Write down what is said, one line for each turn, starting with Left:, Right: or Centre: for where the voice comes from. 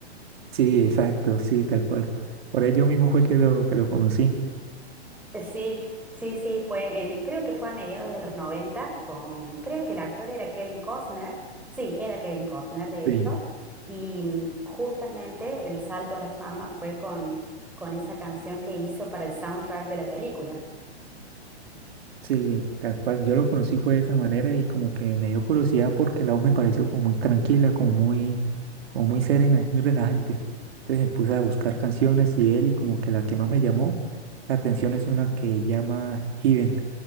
Right: Sí, exacto, sí, tal cual. Por ello mismo fue que lo, que lo conocí.
Centre: Sí, sí, sí, fue en, creo que fue a mediados de los 90. con, creo que el actor era Kevin Costner. Sí, era Kevin Costner, de hecho.
Right: Sí.
Centre: Y mm, justamente el salto a la fama fue con, con esa canción que hizo para el soundtrack de la película.
Right: Sí, tal cual. Yo lo conocí fue de esa manera y como que me dio curiosidad porque la voz me pareció como muy tranquila, como muy, como muy serena, muy relajante. Entonces me puse a buscar canciones y él y como que la que más me llamó la atención es una que llama Heaven,